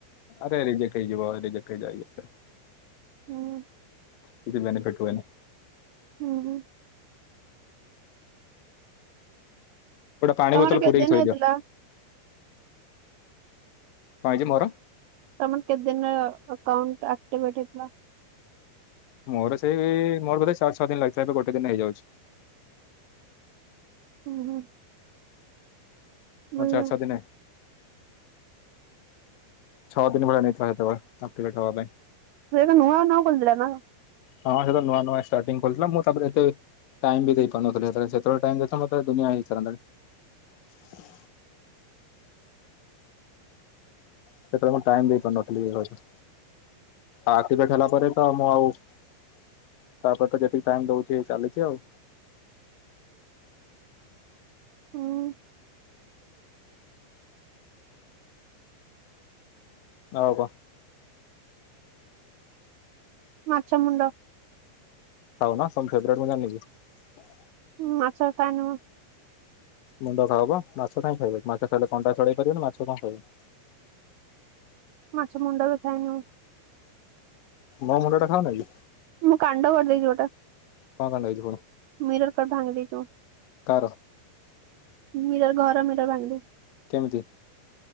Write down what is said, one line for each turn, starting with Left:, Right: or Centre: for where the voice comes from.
Left: ଆରେ ରିଜେକ୍ଟ୍ ହେଇଯିବ ରିଜେକ୍ଟ ହେଇଯାଏ।
Right: ହୁଁ
Left: କିଛି ବେନିଫିଟ୍ ହୁଏନି।
Right: ହୁଁ ହୁଁ।
Left: ଗୋଟେ ପାଣି
Right: ତମର
Left: ବୋତଲ
Right: କେତେ
Left: ପୁରେଇକି
Right: ଦିନ
Left: ଥୋଇଦିଅ।
Right: ହେଇଥିଲା?
Left: କଣ ହେଇଚି ମୋର।
Right: ତମର କେତେ ଦିନିରେ ଆକାଉଣ୍ଟଟା ଆକ୍ଟିଭେଟ୍ ହେଇଥିଲା?
Left: ମୋର ସେଇ ମୋର ବୋଧେ ଛଅ ଛଅ ଦିନ ଲାଗିଥିଲା ଏବେ ଗୋଟେ ଦିନରେ ହେଇଯାଉଛି।
Right: ହୁଁ ହୁଁ।
Left: ମୋର
Right: ବୁଝିଲି।
Left: ଚାରିଛଅ ଦିନେ। ଛଅ ଦିନି ଭଳିଆ ନେଇଥିଲା ସେତେବେଳେ ଆକ୍ଟିଭେଟ୍ ହେବା ପାଇଁ।
Right: ସେ ନୂଆ ନୂଆ କୋଲିଥିଲା ନା।
Left: ହଁ ସେତେବେଳେ ନୂଆ ନୂଆ ଷ୍ଟାର୍ଟିଂ ଖୋଲିଥିଲା ମୁଁ ତାପରେ ଏତେ ଟାଇମ୍ ବି ଦେଇପାରୁନଥିଲି ସେତେବେଳେ ଟାଇମ୍ ଦେଇଥିଲେ ମତେ ଦୁନିଆ ହେଇସାରନ୍ତାଣି। ସେତେବେଳେ ମୁଁ ଟାଇମ୍ ଦେଇପାରୁନଥିଲି। ଆକ୍ଟିଭେଟ୍ ହେଲା ପରେ ତ ମୁଁ ଆଉ। ତାପରେ ତ ଯେତିକି ଟାଇମ୍ ଦୋଉଛି ଚାଲିଛି ଆଉ।
Right: ହୁଁ
Left: ଆଉ କଣ।
Right: ମାଛମୁଣ୍ଡ।
Left: ଖାଉନ ତୁମ ଫେବରାଇଟ୍ ମୁଁ ଜାଣିନି କି।
Right: ମାଛବଖାଏନି ମୁଁ।
Left: ମୁଣ୍ଡ ଖାଅପା ମାଛ କାହିଁକି ଖାଇବନି ମାଛ ଖାଇଲେ କଣ୍ଟା ଛଡେଇ ପାରିବନି ମାଛ କଣ ଖାଇବ।
Right: ମାଛ ମୁଣ୍ଡ ବି ଖାଏନି ମୁଁ।
Left: ମୋ ମୁଣ୍ଡଟା ଖାାଉନ କି?
Right: ମୁଁ କାଣ୍ଡ କରିଦେଇଛି ଗୋଟା।
Left: କଣ କାଣ୍ଡ ହେଇଛି ପୁଣି।
Right: ମିରର କଟ ଭାଙ୍ଗ ଦେଇଛୁ
Left: କାର
Right: ମିରର ଘର ମିରର ଭାଙ୍ଗ ଦେଇଛି।
Left: କେମିତି।